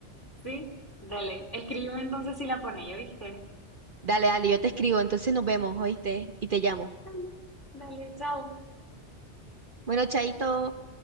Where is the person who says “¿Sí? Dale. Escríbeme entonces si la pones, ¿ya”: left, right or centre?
Left